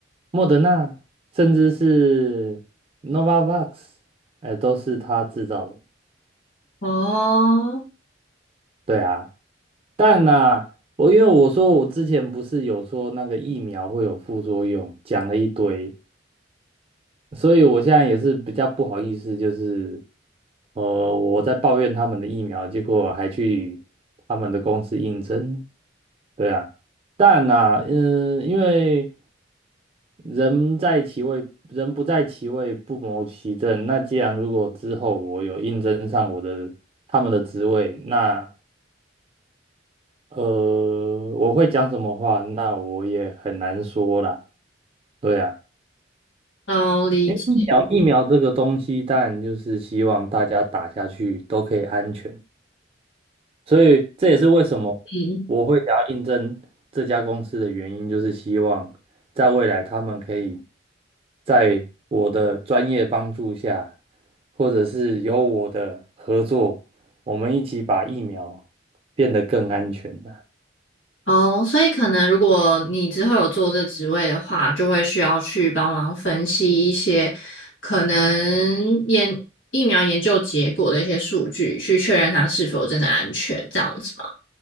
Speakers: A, on the right; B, on the left.
A: 莫德纳，甚至是 Novavax，哎、都是他制造的。
B: 哦，
A: 对啊，但呐、我因为我说我之前不是有说那个疫苗会有副作用，讲了一堆，所以我现在也是比较不好意思，就是呃我在抱怨他们的疫苗，结果还去他们的公司应征。对啊。但呐、嗯，因为人在其位，人不在其位，不谋其政。那既然如果之后我有应征上我的他们的职位，那呃，我会讲什么话，那我也很难说啦。对啊，
B: 哦，理解。
A: 因为疫苗疫苗这个东西，当然就是希望大家打下去都可以安全。所以这也是为什么我会想要应征这家公司的原因，
B: 嗯，
A: 就是希望在未来他们可以在我的专业帮助下，或者是有我的合作，我们一起把疫苗变得更安全了。
B: 哦，所以可能如果你之后有做这职位的话，就会需要去帮忙分析一些可能研疫苗研究结果的一些数据，去确认它是否真的安全，这样子吗？